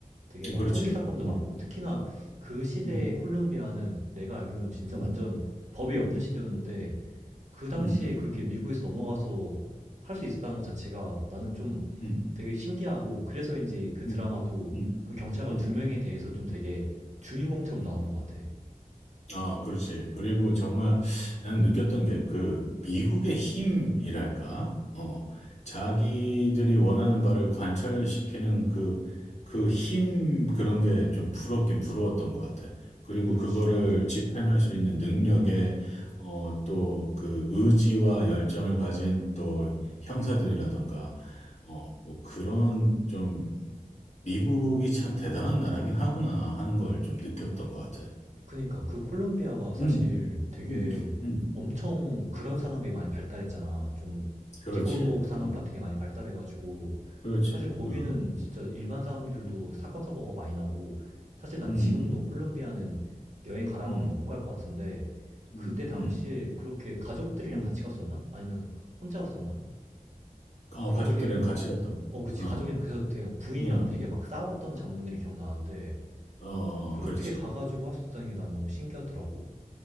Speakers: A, on the right; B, on the left.
A: 되게 막
B: 그렇지.
A: 총기 사건도
B: 음.
A: 많고 특히나 그 시대의
B: 음.
A: 콜롬비아는 내가 알기로는 진짜
B: 음.
A: 완전 법이 없는 시대였는데 그 당시에
B: 음. 음.
A: 그렇게 미국에서 넘어가서 할 수 있었다는 것 자체가 나는 좀
B: 음.
A: 되게 신기하고 그래서인지 그 드라마도
B: 음. 음.
A: 그 경찰관
B: 음.
A: 두 명에 대해서 좀 되게 주인공처럼
B: 음.
A: 나오는 것 같아.
B: 아, 그렇지. 그리고 정말 난 느꼈던 게 그 미국의 힘이랄까? 어, 자기들이 원하는 바를 관철시키는 그, 그 힘 그런 게 좀 부럽긴 부러웠던 것 같아. 그리고
A: 그치,
B: 그거를
A: 맞아.
B: 집행할 수 있는 능력에, 어, 또 그 의지와 열정을 가진 또 형사들이라던가, 어, 뭐 그런 좀 미국이 참 대단한 나라긴 하구나 하는 걸 좀 느꼈던 것 같아.
A: 그니까 그 콜롬비아가 사실
B: 음.
A: 되게
B: 음. 음.
A: 엄청 그런 산업이 많이 발달했잖아. 좀
B: 그렇지.
A: 뒷골목 산업
B: 음.
A: 같은 게 많이 발달해가지고
B: 그렇지.
A: 사실 거기는
B: 어.
A: 진짜 일반 사람들도 사건 사고가 많이 나고 사실 난
B: 음.
A: 지금도 콜롬비아는 여행 가라고
B: 음.
A: 하면 못 갈 것 같은데
B: 음.
A: 그때 당시에
B: 음.
A: 그렇게 가족들이랑
B: 음.
A: 같이 갔었나? 아니면 혼자 갔었나?
B: 어,
A: 그렇게
B: 가족들이랑 같이 갔다. 오-
A: 어 그치
B: 어.
A: 가족이랑 그래서 되게 부인이랑
B: 어.
A: 되게 막 싸웠던 장면들이 기억나는데
B: 어.
A: 그렇게
B: 어. 그렇지.
A: 가가지고 할 수 있다는 게 난 너무 신기하더라고.